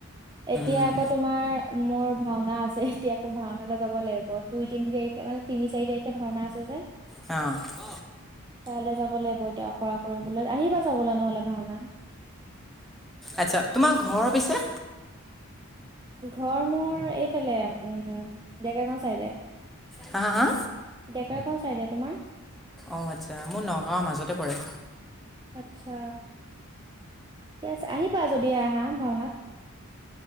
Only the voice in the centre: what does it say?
উম,
অ'।
আচ্ছা, তোমাৰ ঘৰ পিছে।
হা হা হা
অঁ আচ্ছা মোৰ নগাঁৱৰ মাজতে পৰে